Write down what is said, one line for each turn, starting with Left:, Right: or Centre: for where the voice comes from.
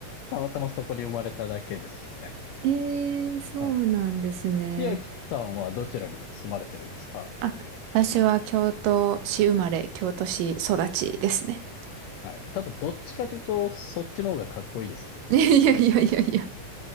Left: たまたまそこに生まれただけですね。
Right: ええそうなんですね。
Left: はい。千秋さんはどちらに住まれてるんですか
Right: あ、私は京都市生まれ、京都市育ちですね。
Left: はい。多分どっちかというと、そっちの方がかっこいいですよ。
Right: <laughs> いやいやいやいやいや。